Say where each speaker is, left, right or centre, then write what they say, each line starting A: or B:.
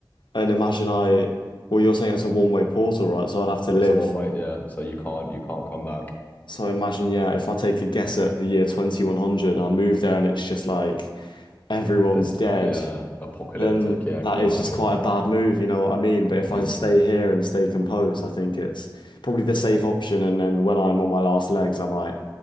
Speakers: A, on the left; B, on the left.
A: and imagine I well you're saying it's a one-way portal, right? So I'd have to live.
B: It's a one way, yeah. So you can't you can't come back.
A: So I imagine, yeah, if I take a guess at the year 2100 I move there and it's just like everyone's
B: It's
A: dead,
B: yeah, apocalyptic.
A: then
B: Yeah,
A: that
B: can you
A: is
B: imagine?
A: just quite a bad move, you know what I mean? But if
B: Mm.
A: I just stay here and stay composed, I think it's probably the safe option. And then when I'm on my last legs, I might